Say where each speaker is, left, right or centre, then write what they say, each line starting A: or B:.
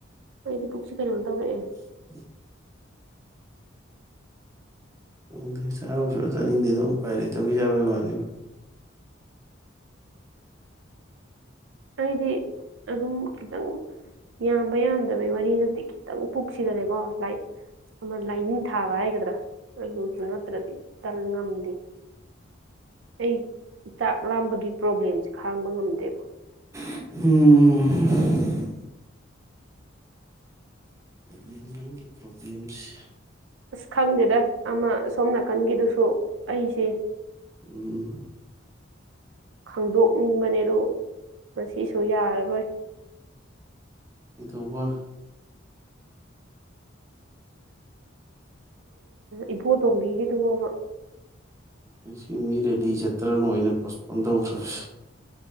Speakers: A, on the right; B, on the right.
A: ꯑꯩꯗꯤ ꯄꯨꯛꯁꯤꯦ ꯀꯩꯅꯣꯝ ꯇꯧꯔꯛꯑꯦ
B: <unintelligible> ꯑꯣ ꯆꯥꯔꯥꯎꯁꯨ ꯆꯥꯅꯤꯡꯗꯦꯗ ꯑꯃꯄꯥꯏ ꯂꯩꯇꯕꯒꯤ ꯌꯥꯕꯒꯤ ꯋꯥꯅꯦꯕ
A: ꯑꯩꯗꯤ ꯑꯗꯨꯝ ꯈꯤꯇꯪ ꯌꯥꯝꯕ ꯌꯥꯝꯗꯕꯩ ꯋꯥꯔꯤꯅꯗꯤ ꯈꯤꯇꯪ ꯄꯨꯛꯁꯤꯗꯅꯦꯀꯣ ꯑꯃ ꯂꯥꯏꯅꯤꯡ ꯊꯥꯕ ꯍꯥꯏꯒꯗ꯭ꯔꯥ ꯑꯩꯉꯣꯟꯁꯨ ꯅꯠꯇ꯭ꯔꯗꯤ ꯇꯟ ꯉꯝꯗꯦ ꯑꯩ ꯆꯥꯛ ꯂꯥꯝꯕꯒꯤ ꯄ꯭ꯔꯣꯕ꯭ꯂꯦꯝꯁꯦ ꯈꯥꯡꯕ ꯉꯝꯗꯦꯕ
B: ꯎꯝ ꯄꯂꯦꯝ ꯅꯪꯒꯤ ꯄ꯭ꯔꯣꯕ꯭ꯂꯦꯝꯁ
A: ꯑꯁ ꯈꯪꯗꯦꯗ ꯑꯃ ꯁꯣꯝ ꯅꯥꯀꯟꯒꯤꯗꯨꯁꯨ ꯑꯩꯁꯦ
B: ꯎꯝ
A: ꯈꯪꯗꯣꯛꯅꯤꯡꯕꯅꯦ ꯑꯗꯨ ꯃꯁꯤꯁꯨ ꯌꯥꯔꯔꯣꯏ
B: ꯏꯕꯨ
A: ꯏꯕꯣ ꯇꯣꯝꯕꯤꯒꯗꯕꯣꯕ
B: ꯉ ꯃꯤ ꯔꯦꯗꯤ ꯆꯠꯇ꯭ꯔꯅꯣꯩꯅ ꯄꯣꯁꯄꯣꯟ ꯇꯧꯈ꯭ꯔꯕ